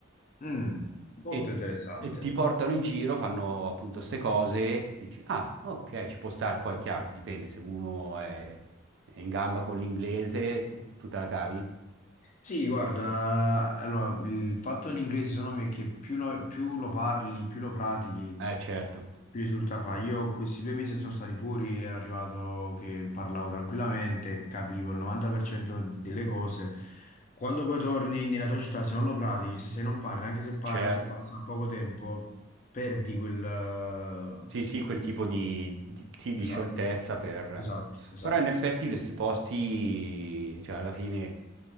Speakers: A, on the left; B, on the right.
A: Mm. Molto
B: e, Ottimo.
A: interessante.
B: e ti portano in giro, fanno appunto ste cose, e dici, ah, ok, ci può stare, poi è chiaro, dipende, se uno è, è in gamba con l'inglese, tu, tu te la cavi?
A: Sì, guarda, allora, il fatto dell'inglese secondo me è che più lo, più lo parli, più lo pratichi,
B: Eh, certo,
A: più risulta fa. Io questi due mesi che sono stati fuori e è arrivato che parlavo tranquillamente, capivo il 90% delle cose. Quando poi torni nella tua città, se non lo pratichi, se, se non parli, anche se, pa-
B: certo.
A: se passa poco tempo, perdi quel... eh,
B: Sì, sì, quel tipo di, di- sì, di
A: Esatto,
B: scioltezza per...
A: esatto, esatto.
B: Però in effetti questi posti, cioè alla fine,